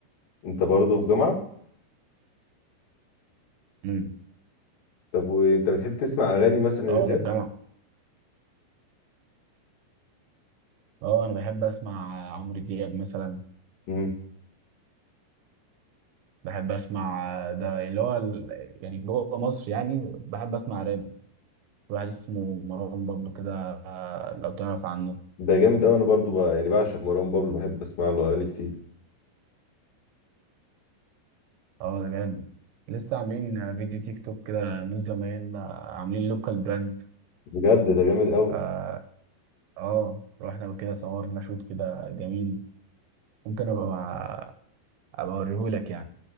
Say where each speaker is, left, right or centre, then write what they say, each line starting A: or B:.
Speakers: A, on the left (about 55°); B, on the right (about 85°).
A: انت برضه في جامعة
B: امم
A: طب وانت بتحب تسمع اغاني مثلا
B: اه
A: يا زياد
B: انا في جامعة اه انا بحب اسمع عمرو دياب مثلا
A: امم
B: بحب اسمع ده اللي هو ال- يعني جوه مصر يعني بحب اسمع راب واحد اسمه مروان بابلو كده آه، لو تعرف عنه
A: ده جامد قوي انا برضه بقى يعني بعشق مروان بابلو بحب اسمع له اغاني كتير
B: اه ده جامد لسه عاملين فيديو تيك توك كده نور زمايلنا عاملين لوكال براند
A: بجد ده جامد قوي
B: فا اه رحنا كده صورنا شوت كده جميل ممكن ابقى ابقى اوريهولك يعني